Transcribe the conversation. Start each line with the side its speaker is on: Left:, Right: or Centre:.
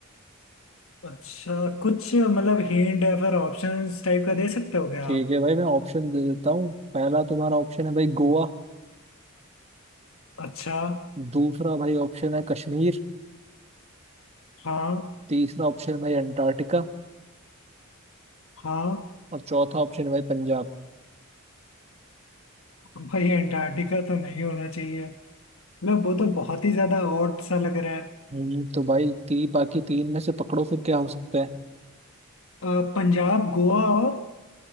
Left: अच्छा कुछ मतलब हिंट या फिर ऑप्शंस टाइप का दे सकते हो क्या
Right: ठीक
Left: आप
Right: है भाई मैं ऑप्शन दे देता हूँ पहला तुम्हारा ऑप्शन है भाई गोवा
Left: अच्छा
Right: दूसरा भाई ऑप्शन है कश्मीर
Left: हाँ
Right: तीसरा ऑप्शन है भाई अंटार्कटिका
Left: हाँ
Right: और चौथा ऑप्शन है भाई पंजाब
Left: भाई अंटार्कटिका तो नहीं होना चाहिए मतलब वो तो बहुत ही ज्यादा ऑड सा लग रहा है
Right: हम्म, तो भाई ती, बाकी तीन में से पकड़ो फिर क्या हो सकता है
Left: अ, पंजाब गोवा और